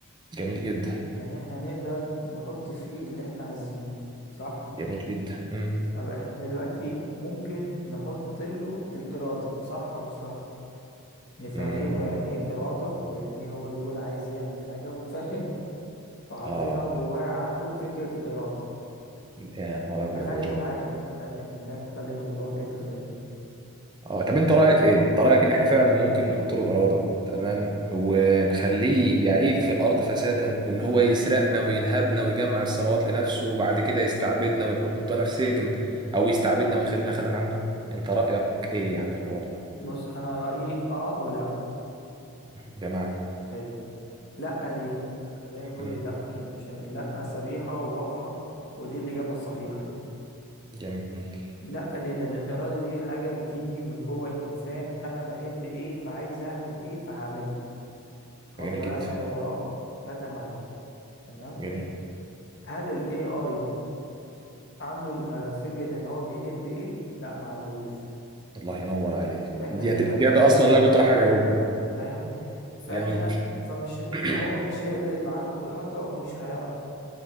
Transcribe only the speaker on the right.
جميل جدا
جميل جدا مم.
مم.
آه
يا نهار أبيض
يا جو
اه طب انت رايك ايه انت رايك ان احنا فعلا ممكن نحط له اراده تمام ونخليه يعيث في الارض فسادا وان هو يسرقنا وينهبنا ويجمع الثروات لنفسه وبعد كده يستعبدنا ويحطنا في سجن او يستعبدنا ويخلينا خدم عنده انت رايك ايه يعني في الحوار ده
بمعنى
مم.
جميل
جميل جدا
جميل
الله ينور عليك
دي
الاجابه اصلا اللي انا كنت رايح اجاوبها
جميل
<clears throat>